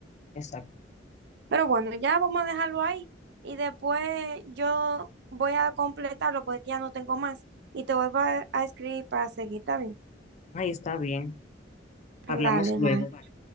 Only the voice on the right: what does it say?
Pero bueno, ya vamos a dejarlo ahí y después yo voy a completarlo porque ya no tengo más y te voy a, a escribir para seguir también.
Dale,
bye.